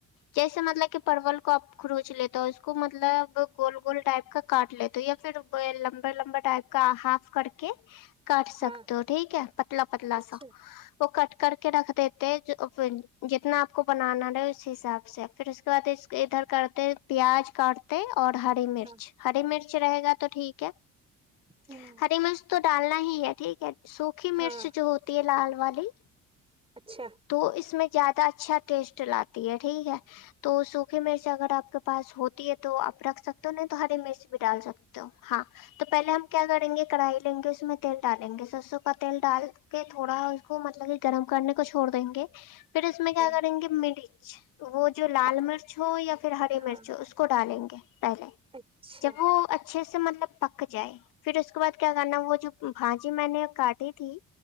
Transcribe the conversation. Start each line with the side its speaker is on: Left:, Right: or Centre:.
Left: جیسے مطلب کہ پرول کو آپ خروچ لیتا ہو اس کو مطلب گول گول ٹائپ کا کاٹ لیتے یا پھر <unintelligible> لمبے لمبا ٹائپ کا ہاف کر کے <unintelligible> کٹ سکتے
Right: ہاں
Left: ہو ٹھیک ہے <unintelligible> پتلا پتلا
Right: اچھا
Left: سا وہ کٹ <unintelligible> کر کے رکھ دیتے جتنا آپ کو بنانا رہے اس حساب سے پھر اس کے بعد اس ادھر کرتے پیاز کاٹتے <unintelligible> اور ہری مرچ
Right: ہاں
Left: ہری مرچ رہے گا تو ٹھیک ہے <unintelligible>
Right: ہوں
Left: ہری منس تو <unintelligible> ڈالنا ہی ہے ٹھیک ہے س مکھی
Right: ہاں
Left: مرچ جو ہوتی ہے لال والالی
Right: اچھا
Left: تو اس میں زیادہ اچھا ٹیسٹ لاتی ہے ٹھیک ہے تو سوکے مرچ اگر آپ کے پاس ہوتی ہے تو آپ رکھ سکتے ہو نہیں تو ہری مرچ بھی ڈال سکتے ہو ہاں تو پہلے ہم کیا کریں گے کڑھائی لیں گے اس میں تیل ڈالیں گے سرسوں کا تیل ڈال کے تھوڑا اس کو مطلب کہ گرم کرنے کچ چھوڑ دیں گے پھر اس میں کیا
Right: ہوں
Left: کریں گے میڈک اچھا <unintelligible> <inaudible> وہ جو لال
Right: ا-
Left: مرچ ہو یا پھر ہری
Right: ہاں
Left: مرچ ہو اس کو ڈالیں گے پہلے
Right: اچھا
Left: جب وہ اچھے سے مطلب پک جائے پھر اس کے بعد کیا کرنا وہ جو بھاجی میں نے کاٹی تھی